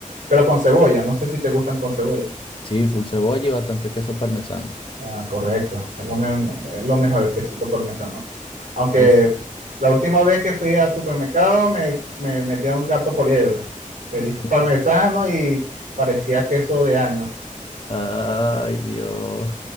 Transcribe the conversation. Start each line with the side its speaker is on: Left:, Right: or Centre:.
Right: Pero con cebolla. No sé si te gustan con cebolla.
Left: Sí, full cebolla y bastante queso parmesano.
Right: Ah, correcto. Es lo, me- es lo mejor, el quesito parmesano. Aunque
Left: Eso.
Right: la última vez que fui al supermercado me, me metió un gato poliebre. Pedí
Left: <laughs> Qué
Right: parmesano
Left: tr-
Right: y parecía queso de años.
Left: Ay, Dios.